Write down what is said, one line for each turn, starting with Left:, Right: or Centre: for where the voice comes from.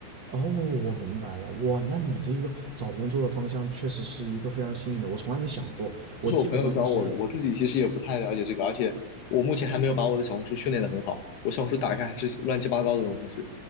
Right: 哦，我明白了，哇，那你这一个找工作的方向确实是一个非常新颖的，我从来没想过，我基本上都是
Left: 这是我朋友教我的，我自己其实也不太了解这个，而且我目前还没有把我的小红书训练得很好，我小红书打开还是乱七八糟的东西。